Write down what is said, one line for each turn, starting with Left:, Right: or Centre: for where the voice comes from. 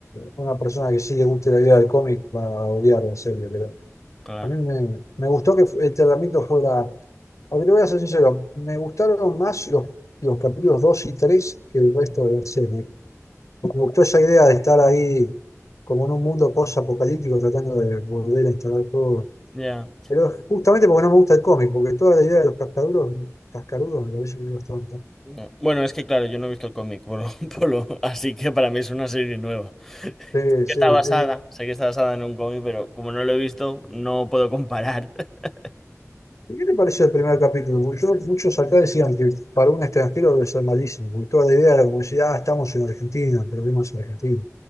Left: una persona que sí le guste la idea del cómic va a odiar la serie. Pero
Centre: claro.
Left: a mí me, me gustó que fu- el tratamiento fuera, aunque te voy a ser sincero, me gustaron más los, los capítulos 2 y 3 que el resto de la serie. Me gustó esa idea de estar ahí como en un mundo post-apocalíptico tratando de volver a instalar todo.
Centre: Ya.
Left: Pero justamente porque no me gusta el cómic, porque toda la idea de los cascaduros, cascarudos me parece que es tonta.
Centre: No. Bueno, es que claro, yo no he visto el cómic Polo, <laughs> Polo, así que para mí es una serie nueva.
Left: Sí,
Centre: Que
Left: sí.
Centre: Está basada,
Left: Eh,
Centre: sé que está basada en un cómic, pero como no lo he visto, no puedo comparar. <laughs>
Left: ¿Y qué te pareció el primer capítulo? Porque yo- muchos acá decían que para un extranjero debe ser malísimo, porque toda la idea era como decir, ah, estamos en Argentina, perdemos en Argentina.